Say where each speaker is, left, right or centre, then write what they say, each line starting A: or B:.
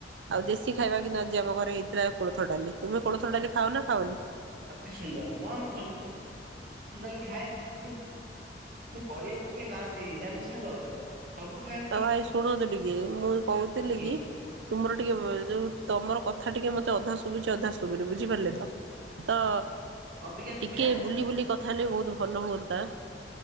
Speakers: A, on the right; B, on the right.
A: ଆଉ ଦେଶୀ ଖାଇବା କି ନ ଆଜି ଆମ ଘରେ ହେଇଥିଲା କୋଳଥ ଡାଲି ତୁମେ କୋଳଥ ଡାଲି ଖାଅ ନା ଖାଅନି?
B: ଅତି ସୁନ୍ଦର ମୁଁ ଆ କୋଳଥ ଡାଲି ଖାଏ କିନ୍ତୁ କରିବାକୁ କେହି ନାହାନ୍ତି ଜାଣିଲୁ ସାଙ୍ଗ। ସବୁ ଖାଏ
A: ଆଉ ଭାଇ ଶୁଣନ୍ତୁ ଟିକେ ମୁଁ କହୁଥିଲି
B: କିଏ
A: କି ତୁମର ଟିକେ ଯୋଉ ତମର କଥା ଟିକେ ମତେ ଅଧା ଶୁଭୁଚି ଅଧା ଶୁଭୁନି ବୁଝିପାରିଲେ ତ। ତ
B: ଅବିକା ଶୁଭିଲା
A: ଟିକେ ବୁଲି ବୁଲି କଥା ହେଲେ ବହୁତ ଭଲ ହୁଅନ୍ତା।